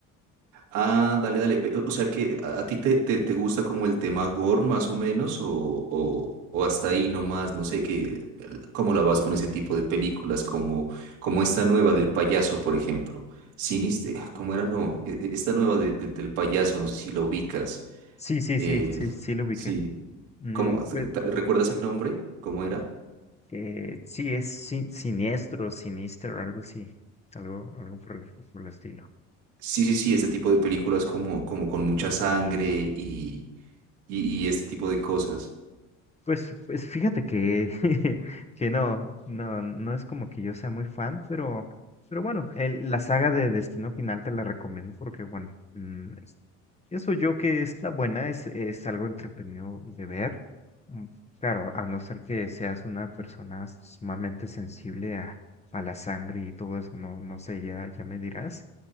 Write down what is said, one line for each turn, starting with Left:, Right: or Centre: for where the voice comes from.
Right: Ah, dale, dale. Ve, O sea que a, a ti te, te, te gusta como el tema gore más o menos o, o, o hasta ahí nomás, no sé qué, el- cómo la vas con ese tipo de películas como, como esta nueva del payaso, por ejemplo. Siniste, ah, ¿cómo era? No, e- e- esta nueva de- de- del payaso, no sé si la ubicas.
Left: Sí, sí,
Right: Eh,
Left: sí, sí, sí lo ubiqué.
Right: sí,
Left: Mm,
Right: ¿cómo? ¿Te-
Left: pues,
Right: te- ¿Recuerdas el nombre? ¿Cómo era?
Left: eh, sí, es sin- siniestro, sinister, algo así. Algo, algo por el, por el estilo.
Right: Sí, sí, sí, este tipo de películas como, como con mucha sangre y, y, y este tipo de cosas.
Left: Pues, pues fíjate que, <laughs> que no, no, no es como que yo sea muy fan, pero, pero bueno, el- la saga de Destino Final te la recomiendo porque, bueno, mm, es- pienso yo que es la buena, es, es algo entretenido de ver. Mm, Claro, a no ser que seas una persona sumamente sensible a, a la sangre y todo eso, no, no sé, ya, ya me dirás,